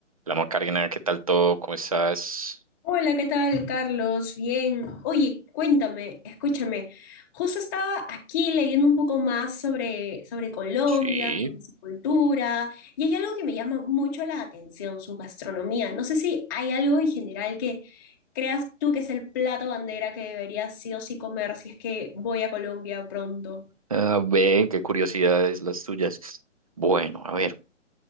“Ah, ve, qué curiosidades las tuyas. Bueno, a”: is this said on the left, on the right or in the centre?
Right